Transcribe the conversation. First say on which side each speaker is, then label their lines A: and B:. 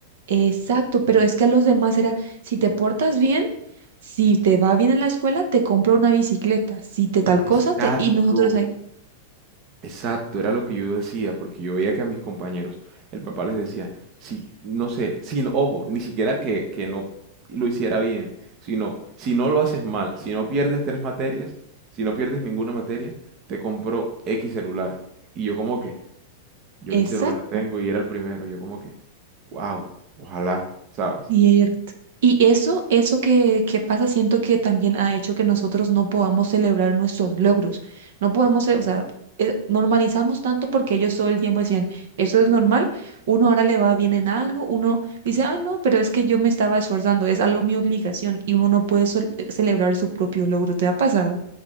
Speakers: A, on the right; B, on the right.
A: Exacto, pero es que a los demás era, si te portas bien, si te va bien en la escuela, te compro una bicicleta, si te tal cosa,
B: Exacto.
A: te... y nosotros ahí.
B: Exacto, era lo que yo decía, porque yo veía que a mis compañeros, el papá les decía, si, no sé, si no- ojo, ni siquiera que, que no lo hiciera bien, sino, si no lo haces mal, si no pierdes tres materias, si no pierdes ninguna materia, te compro X celular. Y yo como que, yo
A: Exacto.
B: ni celular tengo y era el primero, yo como que, wow, ojalá, ¿sabes?
A: Cierto. Y eso, eso que, que pasa, siento que también ha hecho que nosotros no podamos celebrar nuestros logros. No podemos, ce- o sea, eh, normalizamos tanto porque ellos todo el tiempo decían, eso es normal, uno ahora le va bien en algo, uno dice, ah, no, pero es que yo me estaba esforzando, es algo mi obligación y uno no puede sol- eh, celebrar su propio logro. ¿Te ha pasado?